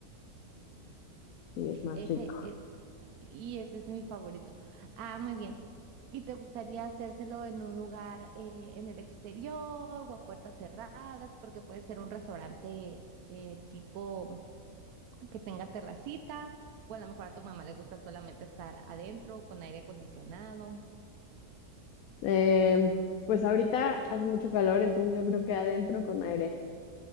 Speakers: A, on the left (about 70°); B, on the right (about 75°).
A: y es más
B: Ese,
A: rico.
B: es- sí, ese es mi favorito. Ah, muy bien. ¿Y te gustaría hacérselo en un lugar eh, en el exterior o a puertas cerradas? Porque puede ser un restaurante eh, tipo que tenga terracita o a lo mejor a tu mamá le gusta solamente estar adentro con aire acondicionado.
A: Em, pues ahorita hace mucho calor, entonces yo creo que adentro con aire.